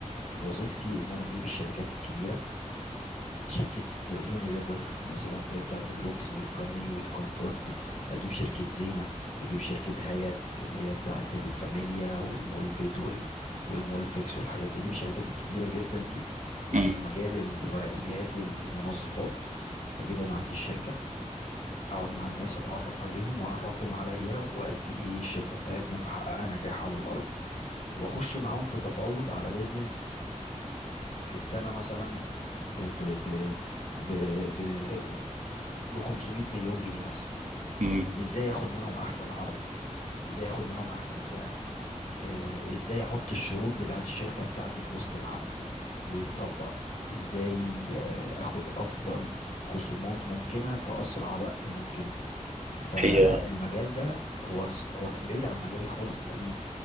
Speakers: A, on the left (about 70°); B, on the right (about 70°).
A: وظيفتي ان انا اجيب الشركات الكبيرة شركة يونيليفر مثلا اللي هي بتاعة اللوكس والكامي والكومفورت أجيب شركة زينة أجيب شركة هايات اللي هي بتاعة الفاميليا والمولبد وال... والمولفكس والحاجات دي أجيب الشركات الكبيرة جدا دي اللي
B: مم.
A: في مجال الورقيات والمنظفات أجيبهم عندي الشركة أقعد مع الناس أتعرف عليهم وأعرفهم عليا وقد إيه الشركة بتاعتنا محققة نجاح على الأرض وأخش معاهم في تفاوض على بيزنس في السنة مثلا ب ب ب ب ب ب 500 مليون جنيه مثلا
B: مم.
A: ازاي ياخد منهم احسن عرض ازاي ياخد منهم احسن سعر آه، ازاي احط الشروط بتاعت الشركة بتاعتي في وسط العقد ويتطبق ازاي آه، اخد افضل خصومات ممكنة في اسرع وقت ممكن فالمجال
B: هي
A: ده هو س- هو كان بعيد عن مجالي خالص القديم